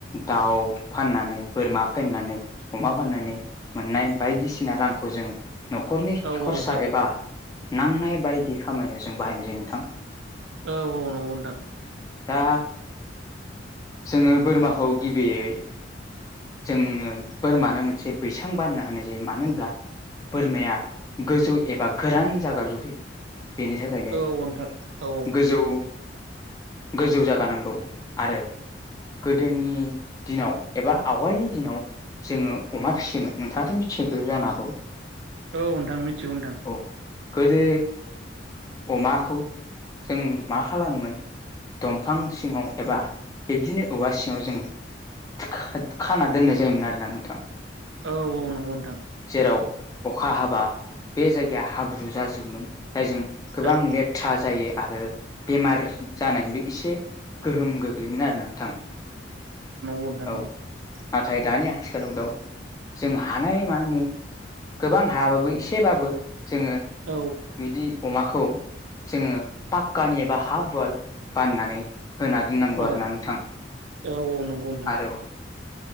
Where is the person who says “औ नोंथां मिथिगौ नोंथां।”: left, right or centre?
Right